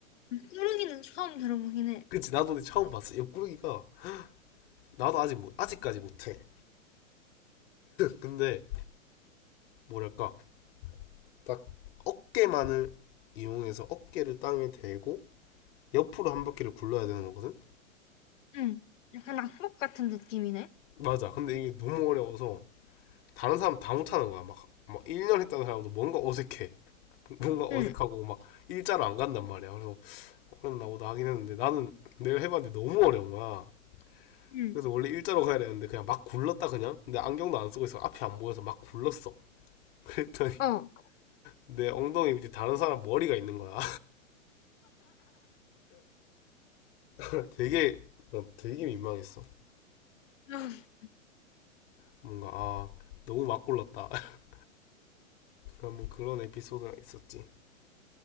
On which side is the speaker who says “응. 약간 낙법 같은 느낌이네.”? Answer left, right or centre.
Left